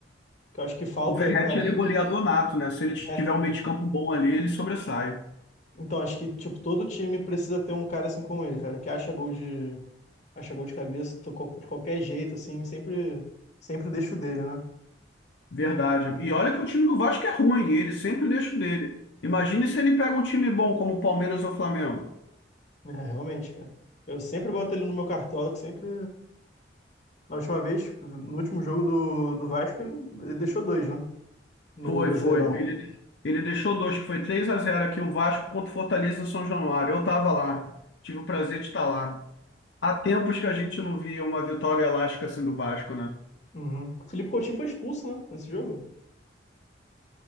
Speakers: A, on the left; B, on the left.
A: Que eu acho que falta,
B: O Verratti,
A: cara.
B: ele é goleador nato, né? Se ele tiver
A: É, cara.
B: um meio de campo bom ali, ele sobressai.
A: Então, acho que, tipo, todo time precisa ter um cara assim como ele, cara, que acha gol de, acha gol de cabeça tocou de qualquer jeito, assim, sempre, sempre deixo dele, né?
B: Verdade. E olha que o time do Vasco é ruim, e ele sempre deixa o dele. Imagine se ele pega um time bom como o Palmeiras ou o Flamengo.
A: É, realmente, cara. Eu sempre boto ele no meu cartola, que sempre. Na última vez, no último jogo do, do Vasco, ele, ele deixou dois, né? No
B: Foi,
A: Brasileirão.
B: foi. Ele, ele deixou dois, que foi 3 a zero aqui, o Vasco contra o Fortaleza em São Januário. Eu estava lá, tive o prazer de estar lá. Há tempos que a gente não via uma vitória elástica assim do Vasco, né?
A: Uhum. O Felipe Coutinho foi expulso, né? Nesse jogo.